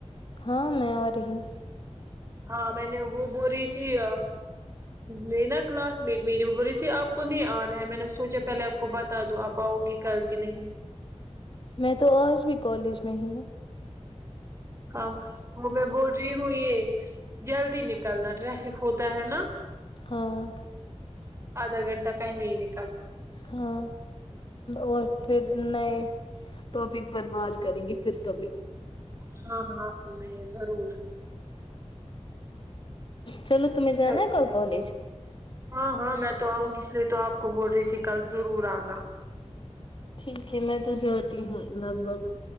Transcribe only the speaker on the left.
ہاں میں آ رہی ہوں
میں تو آج بھی کالج میں ہی ہوں
ہاں
ہاں اور پھر نہیں ٹاپک برباد کریں گے ترکب
چلو تمہیں
جانا ہے کل کالج
ٹھیک ہے میں تو جاتی ہوں لگ بھگ